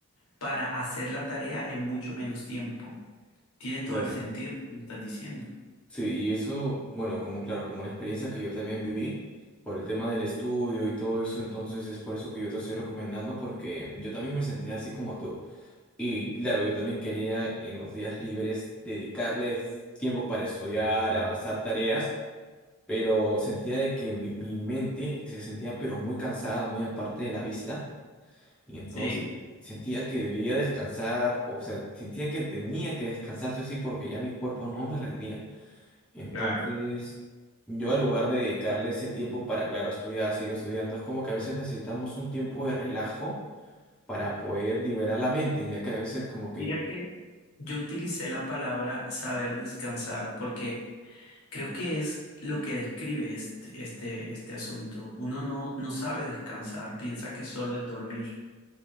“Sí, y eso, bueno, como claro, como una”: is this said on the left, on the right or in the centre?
Centre